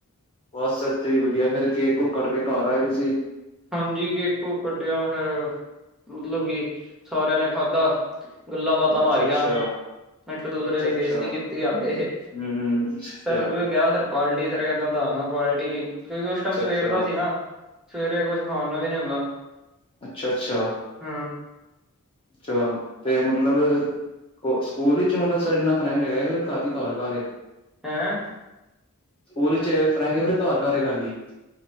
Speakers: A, on the left; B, in the centre.
A: ਬਸ ਏਥੇ ਞੀ ਵਧੀਆ ਫੇਰ ਕੇਕ ਕੁ ਕਟ ਕੇ ਘਰ ਆਏ ।
B: ਹਾਂਜੀ ਕੇਕ ਕੂ ਕੱਟਿਆ ਫੇਰ। ਮਤਲਬ ਕਿ ਸਾਰਿਆਂ ਨੇ ਖਾਧਾ। ਗੱਲਾਂ ਬਾਤਾਂ
A: ਅੱਛਾ
B: ਮਾਰੀਆਂ।
A: ਅੱਛਾ
B: ਏਕ ਦੂਸਰੇ
A: ਅੱਛਾ
B: ਦੀ
A: ਅੱਛਾ
B: ਬੇਸਤੀ ਕੀਤੀ ਇਹ
A: ਹਮ ਹਮ ਅੱਛਾ
B: ਸਰਵਜੋਤ ਕਿਆ ਫੇਰ ਪਾਲਟੀ। ਟੀ ਸਰ ਕਹਿੰਦਾ ਦਾਂਗਾ ਪਾਲਟੀ ਕਿਉਂਕਿ ਓਸ ਟੈਮ
A: ਅੱਛਾ ਅੱਛਾ
B: ਸਵੇਰ
A: ਅੱਛਾ
B: ਦਾ ਸੀ ਨਾ। ਸਵੇਰੇ ਕੁਝ ਖਾਣ ਨੂੰ ਵੀ ਨੀ ਹੁੰਦਾ।
A: ਅੱਛਾ ਅੱਛਾ।
B: ਹਮ
A: ਚਲੋ ਤੇ ਮਤਲਬ ਸਕੂਲ ਵਿੱਚ ਮਤਲਬ ਸਰ ਏਨਾ ਫਰੈਂਕ ਹੈਗਾ, ਖਾਧੀ ਘਰ ਘਰ ਏ।
B: ਹੈਂ,
A: ਸਕੂਲ ਵਿਚ ਹੈਗਾ, ਫਰੈਂਗ ਫੇਰ ਘਰ- ਘਰ ਏ ਖਾਲੀ